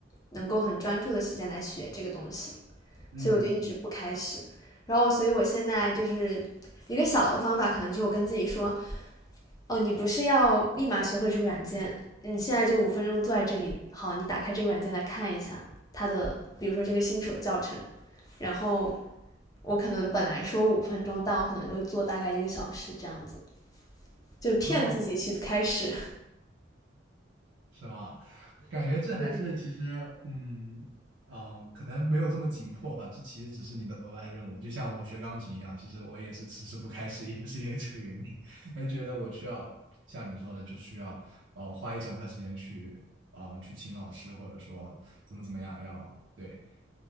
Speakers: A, on the left; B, on the right.
A: 能够很专注的时间来学这个东西，
B: 嗯嗯，
A: 所以我就一直不开始。然后，所以我现在就是一个小的方法，可能就是我跟自己说，哦，你不是要立马学会这个软件？你现在就五分钟坐在这里，好，你打开这个软件来看一下它的，比如说这个新手教程，然后我可能本来说五分钟，但我可能就做大概一个小时这样子，就骗自己去开始。
B: 哦，是吧？感觉这还是其实，
A: <laughs>
B: 嗯嗯，可能没有这么紧迫吧。这其实只是你的额外任务，就像我学钢琴一样，其实我也是迟迟不开始，也是因为这个原因，<laughs> 还觉得我需要像你说的，就需要呃花一整块时间去啊、呃去请老师，或者说怎么怎么样要对，